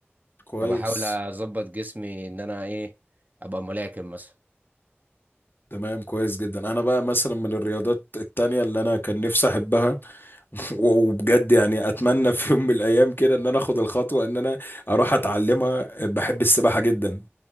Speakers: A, on the left; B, on the right.
A: كويس
B: فبحاول اظبط جسمي ان انا ايه ابقى ملاكم مثلا
A: تمام كويس جدا انا بقى مثلا من الرياضات التانية اللي انا كان نفسي احبها <laughs> وبجد يعني اتمنى في يوم من الايام كده ان انا اخد الخطوة ان انا اروح اتعلمها بحب السباحة جدا